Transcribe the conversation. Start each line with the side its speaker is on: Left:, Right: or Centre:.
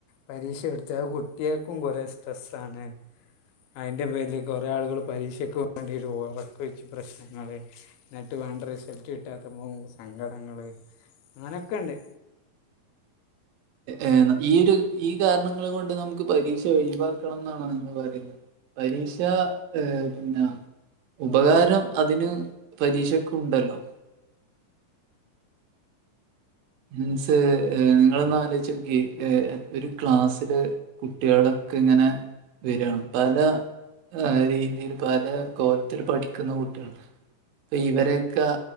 Left: പരീക്ഷ എടുത്താൽ കുട്ടികൾക്കും കുറെ സ്ട്രെസ്സ ആണ്. അയിന്റെ പേരില് കൊറെ ആളുകള് പരീക്ഷക്ക് വേണ്ടിട്ട് ഉറക്ക ഒഴിച്ച് പ്രശ്നങ്ങള്. ന്നട്ട് വേണ്ട റിസൽറ്റ് കിട്ടാത്തപ്പോൾ സങ്കടങ്ങള്. അങ്ങനെയൊക്കെ ഇണ്ട്.
Right: ഏ ഈ ഒരു ഈ കാരണങ്ങൾ കൊണ്ട് നമുക്ക് പരീക്ഷ ഒയിവാക്കണം എന്നാണോ നിങ്ങൾ പറയുന്നത്. പരീക്ഷ ഏഹ് പിന്നാ, ഉപകാരം അതിന് പരീക്ഷക്ക് ഉണ്ടല്ലോ. മീൻസ് നിങ്ങളൊന്ന് ആലോചിച്ച് നോക്ക്യേ ഒരു ക്ലാസ്സില്, കുട്ടികളൊക്ക ഇങ്ങനെ വരാണ്. പല ആഹ് രീതിയിൽ പല കോലത്തിൽ പഠിക്കുന്ന കുട്ടികളുണ്ട്. അപ്പ ഇവരേക്ക